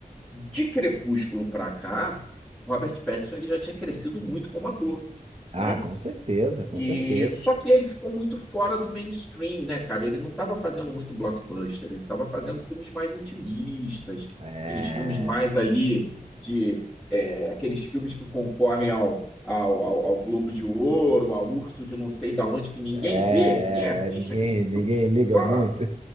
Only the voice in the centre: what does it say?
de Crepúsculo para cá, Robert Pattinson ele já tinha crescido muito como ator,
né?
E
só que ele ficou muito fora do mainstream, né, cara? Ele não estava fazendo muito blockbuster, ele estava fazendo filmes mais intimistas,
aqueles filmes mais ali de é, aqueles filmes que concorrem ao, ao, ao, ao Globo de Ouro, ao Urso de não sei da onde que ninguém
vê, ninguém assiste
aqueles filmes.
Só,